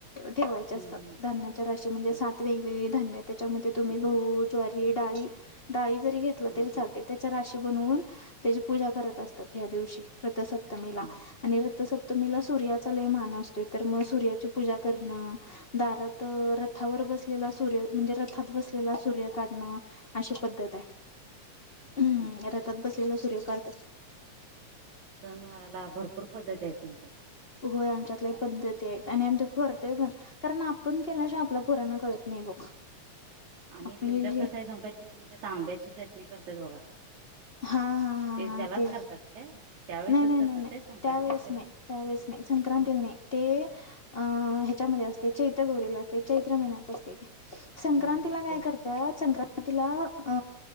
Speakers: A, on the left (about 25°); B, on the right (about 75°).
A: ठेवायचे असतात
B: हम्म हम्म
A: धान्याच्या राशी म्हणजे
B: बरं
A: सात वेगवेगळी धान्य त्याच्यामध्ये तुम्ही
B: झालं.
A: गहू ज्वारी डाळी डाळी जरी घेतलं
B: हा
A: तरी चालतंय
B: हा
A: त्याच्या राशी बनवून त्याची पूजा करत असतात ह्या दिवशी रथसप्तमीला
B: हा हा
A: आणि रथसप मीला सूर्याचा लय मान असतोय तर मग सूर्याची पूजा करणं दारात रथावर रथात बसलेला सूर्य म्हणजे रथात बसलेला सूर्य काढणं अशी पद्धत आहे हम
B: हो
A: रथात बसलेला सूर्य काढत
B: सनवाराला भरपूर पद्धती आहे तुमची
A: होय आमच्यात लय पद्धती आहेत आणि आम्ही ते करतोय पण पण आपण केल्याशिवाय आपल्या पोरांना कळत नाही बघ
B: आणि
A: आपली
B: तुमच्यात
A: जी
B: कसं आहे सांग ती तुमच्या तांब्याची चटणी करतात बघा
A: हा हा हा हा
B: त्यालाच
A: ते
B: करतात काय त्यावेेळेसच
A: नाही नाही
B: करतात
A: नाही नाही
B: काय संक्रांतीच्या
A: त्यावेळेस नाही
B: वेळेस
A: त्यावेळेस नाही संक्रांतीला
B: ह
A: नाही ते अ याच्यामध्ये असते चैत्रगौरी ला असते चैत्र महिन्यात असते संक्रांतीला
B: हा हा
A: काय
B: तेच
A: करतात संक्रांत तिला अ